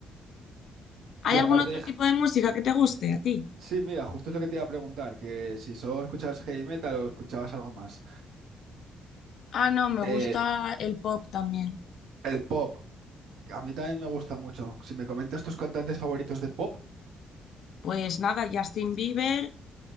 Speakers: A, on the left (about 65°); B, on the right (about 75°).
A: ¿Hay
B: Y
A: algún
B: aparte,
A: otro tipo de música que te guste a ti?
B: Sí, mira, justo es lo que te iba a preguntar, que si solo escuchabas heavy metal o escuchabas algo más.
A: Ah, no, me
B: Eh,
A: gusta el pop también.
B: el pop, a mí también me gusta mucho. Si me comentas tus cantantes favoritos de pop,
A: Pues nada, Justin Bieber